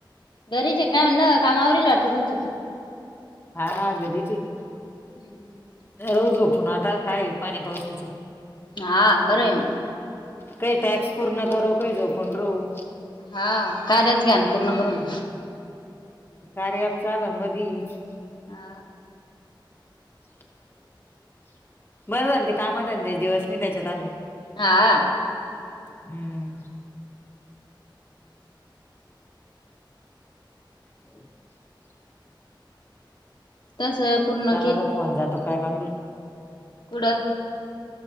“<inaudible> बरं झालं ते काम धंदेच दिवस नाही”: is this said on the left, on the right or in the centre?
Left